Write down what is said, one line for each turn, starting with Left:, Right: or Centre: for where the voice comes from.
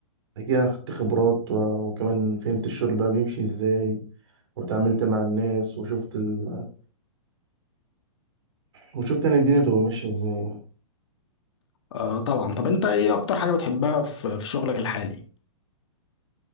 Right: كده خدت خبرات آه، وكمان فهمت الشغل بقى بيمشي ازاي وتعاملت مع الناس وشفت ال... وشفت انا الدنيا بتبقى ماشيه ازاي يعني
Left: آه طبعا طب أنت إيه أكتر حاجة بتحبها في في شغلك الحالي؟